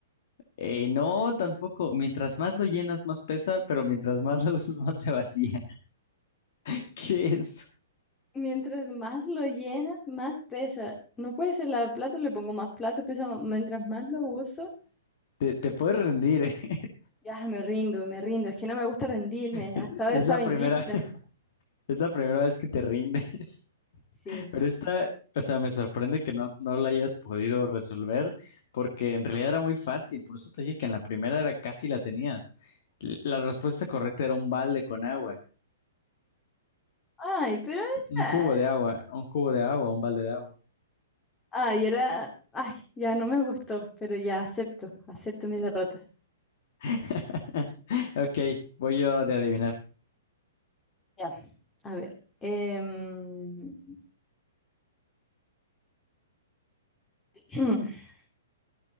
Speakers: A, on the left; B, on the left.
A: Eh, no, tampoco. Mientras más lo llenas, más pesa, pero mientras más lo <laughs> usas, más se vacía. <laughs> ¿Qué es?
B: Mientras más lo llenas, más pesa. No puede ser lavaplato, le pongo más plato, pesa más. Mientras más lo uso,
A: Te, te puedes rendir, ¿eh? <laughs>
B: ya me rindo, me rindo. Es que no me gusta rendirme.
A: Es
B: Hasta ahora
A: es
B: estaba
A: la
B: invicta.
A: primera, <laughs> es la primera vez que te rindes.
B: Sí.
A: <laughs> Pero esta, o sea, me sorprende que no, no la hayas podido resolver, porque en realidad era muy fácil. Por eso te dije que en la primera era casi la tenías. L- La respuesta correcta era un balde con agua,
B: Ay, pero
A: un
B: ya.
A: cubo de agua, un cubo de agua, un balde de agua.
B: Ay, era. Ay, ya no me gustó, pero ya acepto, acepto mi derrota.
A: <laughs> Ok, voy yo de adivinar.
B: Ya. A ver. em, <clears throat>